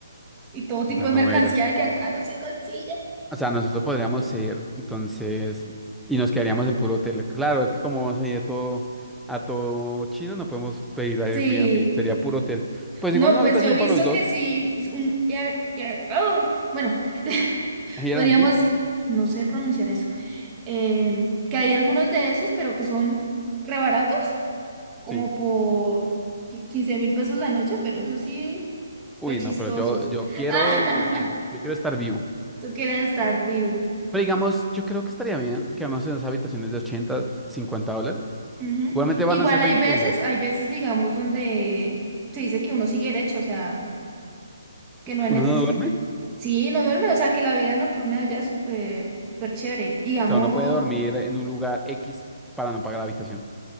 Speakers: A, on the right; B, in the centre.
A: y todo
B: comprar
A: tipo de
B: novelas.
A: mercancía que acá no se consigue.
B: O sea, nosotros podríamos ser entonces, y nos quedaríamos en puro hotel. Claro, es que como vamos a ir a todo, a todo chino, no podemos pedir Airbnb,
A: Sí.
B: sería puro hotel. Pues
A: No,
B: igual una
A: pues
B: habitación
A: yo he visto
B: para los dos,
A: que sí un- y a- y a- oh, bueno, <laughs>
B: Airbnb,
A: podríamos, no sé pronunciar eso, eh, que hay algunos de esos, pero que son rebaratos, como
B: sí.
A: por quince mil pesos la noche, pero eso sí,
B: Uy,
A: re chistosos.
B: no, pero yo, yo quiero
A: <laughs>
B: vivir, yo quiero estar vivo.
A: ¿Tú quieres estar vivo?
B: Pero digamos, yo creo que estaría bien quedarnos en esas habitaciones de 80 50 dólares.
A: Ujú.
B: Igualmente
A: Igual
B: van a ser 20
A: hay veces,
B: días.
A: hay veces, digamos, donde se dice que uno sigue derecho, o sea, que no hay
B: Uno
A: necesidad.
B: no duerme, o
A: Sí, no duerme, o sea, que la vida nocturna de allá es súper, súper chévere. Y Digamos,
B: sea, uno puede dormir en un lugar X para no pagar la habitación.